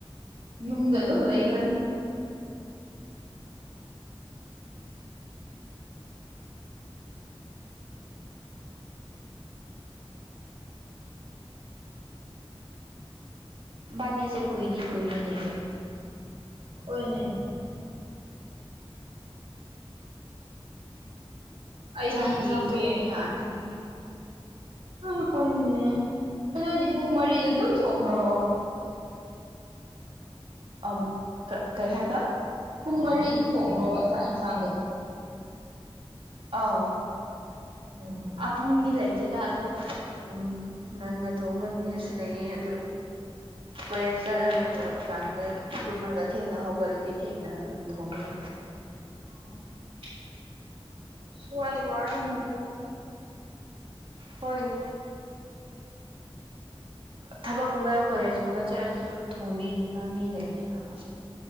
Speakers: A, on the right; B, on the right.
A: ꯌꯨꯝꯗ ꯑꯗꯨꯝ ꯂꯩꯈ꯭ꯔꯅꯤ
B: ꯕꯅꯤꯁꯦ ꯀꯨꯏꯗꯤ ꯀꯨꯏꯔꯦ ꯅꯦꯍꯦ
A: ꯍꯣꯏꯅꯦ ꯑꯩꯗꯤ
B: ꯆꯥꯛ ꯌꯦꯟꯁꯥꯡ
A: ꯌꯦꯡꯁꯨ
B: ꯊꯣꯡꯕ ꯌꯥꯔꯅꯤ
A: ꯑꯥ ꯍꯣꯏꯅꯦꯍꯦ ꯅꯣꯏꯗꯤ ꯄꯨꯡ ꯃꯔꯤꯗ ꯑꯗꯨꯝ ꯊꯣꯡꯕ꯭ꯔꯣ
B: ꯑ ꯀꯩ ꯍꯥꯏꯕ
A: ꯄꯨꯡ ꯃꯔꯤꯗ ꯊꯣꯡꯕ꯭ꯔꯣꯕ ꯆꯥꯛ ꯏꯟꯁꯥꯡꯗꯣ
B: ꯑꯥꯎ
A: ꯎꯝ
B: ꯑꯄꯨꯡꯗꯤ ꯂꯩꯇꯦꯗ ꯑꯗꯣ ꯎꯝ ꯉꯟꯅ ꯊꯣꯡꯕ ꯅꯨꯃꯤꯠ ꯁꯤꯗꯒꯤ ꯑ ꯀꯣꯂꯦꯖ ꯆꯠꯂꯒ ꯍꯜꯂꯛꯄ ꯀꯥꯟꯗ ꯇꯨꯝꯃꯒ ꯊꯦꯡꯅ ꯍꯧꯒꯠꯂꯗꯤ ꯊꯦꯡꯅ ꯑꯗꯨꯝ ꯊꯣꯡꯉꯦ
A: ꯑ ꯎꯁꯨꯗ ꯋꯥꯔꯝꯅꯤꯄꯣ
B: ꯍꯣꯏꯅꯦ ꯊꯕꯛꯀꯨꯝꯕ ꯀꯣꯂꯦꯖꯀꯨꯝꯕ ꯆꯠꯂꯁꯨ ꯊꯣꯡꯕꯤꯅꯤꯡꯉꯥꯏ ꯃꯤ ꯂꯩꯔꯤꯗꯤꯐꯕ